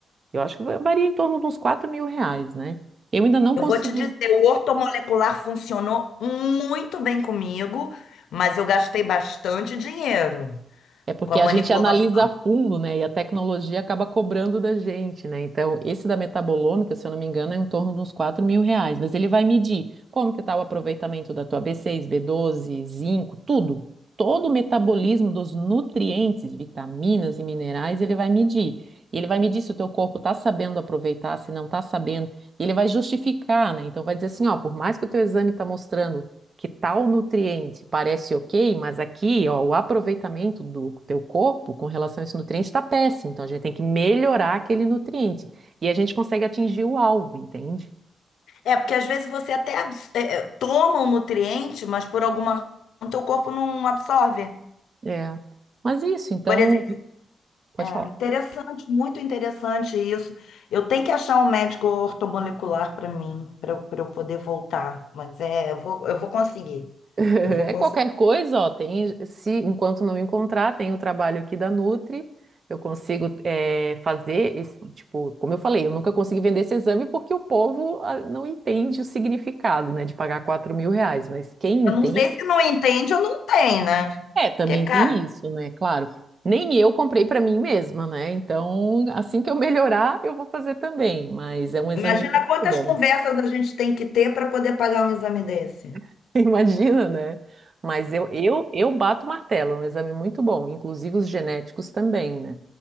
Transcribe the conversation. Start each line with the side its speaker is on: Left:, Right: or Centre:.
Right: Eu acho que varia em torno de uns 4 mil reais, né? Eu ainda não
Left: Eu
Right: consegui
Left: vou te dizer, o ortomolecular funcionou muito bem comigo, mas eu gastei bastante dinheiro
Right: É porque
Left: com a manipulação.
Right: a gente analisa a fundo, né? E a tecnologia acaba cobrando da gente, né? Então, esse da metabolômica, se eu não me engano, é em torno de uns 4 mil reais. Mas ele vai medir como que está o aproveitamento da tua B6, B12, zinco, tudo. Todo o metabolismo dos nutrientes, vitaminas e minerais, ele vai medir. E ele vai medir se o teu corpo está sabendo aproveitar, se não está sabendo. E ele vai justificar, né? Então, vai dizer assim, ó, por mais que o teu exame está mostrando que tal nutriente parece ok, mas aqui, ó, o aproveitamento do teu corpo com relação a esse nutriente está péssimo. Então a gente tem que melhorar aquele nutriente. E a gente consegue atingir o alvo, entende?
Left: É, porque às vezes você até abs- é, é, toma um nutriente, mas por alguma razão teu corpo não absorve.
Right: É. Mas isso, então,
Left: Por exemplo,
Right: pode
Left: É
Right: falar.
Left: interessante,
Right: <laughs>
Left: muito interessante isso. Eu tenho que achar um médico ortomolecular para mim, para eu poder voltar. Mas é, eu vou, eu vou conseguir.
Right: É
Left: Eu vou conseguir.
Right: qualquer coisa, ó, tem, se enquanto não encontrar, tem o trabalho aqui da Nutri, eu consigo é, fazer esse, tipo, como eu falei, eu nunca consegui vender esse exame porque o povo ah, não entende o significado, né, de pagar 4 mil reais, mas quem entende
Left: Eu não sei se não entende ou não tem, né?
Right: É, também
Left: Que é caro.
Right: tem isso, né? Claro. Nem eu comprei para mim mesma, né? Então, assim que eu melhorar, eu vou fazer também. Mas é um exame
Left: Imagina
Right: muito
Left: quantas
Right: bom.
Left: conversas a gente tem que ter para poder pagar um exame desse.
Right: <laughs> Imagina, né? Mas eu, eu, eu bato o martelo, é um exame muito bom. Inclusive os genéticos também, né?